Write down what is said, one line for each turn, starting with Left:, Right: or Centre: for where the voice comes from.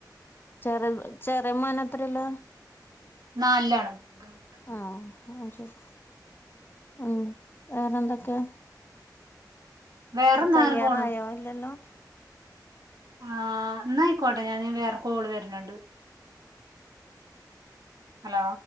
Left: ചെറ ചെറ്യമേനെത്രല്ല
Right: ന്നാലിലണ് <unintelligible>
Left: ആഹ് അഹ്ശെരി ഉം വേറെന്തൊക്കെ?
Right: വേറെന്നാങ്ങനെ
Left: കയ്യാറായോ
Right: പോണു
Left: ഇല്ലല്ലോ?
Right: ആഹ് ന്നായിക്കോട്ടെ ഞാന് വേറെ കോള് വെര്നിണ്ട് ഹലോ